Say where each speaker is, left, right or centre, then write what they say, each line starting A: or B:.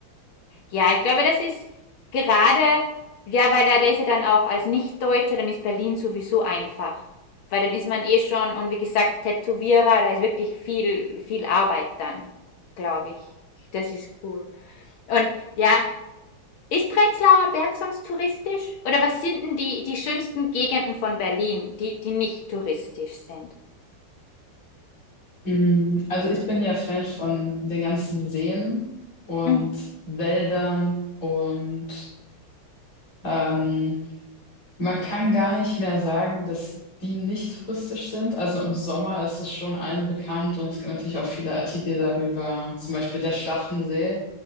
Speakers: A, on the left; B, on the left.
A: Ja, ich glaube, das ist gerade, ja, weil da, da ist ja dann auch als Nichtdeutscher, dann ist Berlin sowieso einfach. Weil dann ist man eh schon, und wie gesagt, Tätowierer, da ist wirklich viel, viel Arbeit dann, glaube ich. Das ist cool. Und ja, ist Prenzlauer Berg sonst touristisch? Oder was sind denn die, die schönsten Gegenden von Berlin, die, die nicht touristisch sind?
B: Mm, Also ich bin ja Fan von den ganzen Seen und
A: Mhm.
B: Wäldern und ähm, Man kann gar nicht mehr sagen, dass die nicht touristisch sind. Also im Sommer ist es schon allen bekannt und es gibt natürlich auch viele Artikel darüber. Zum Beispiel der Schlachtensee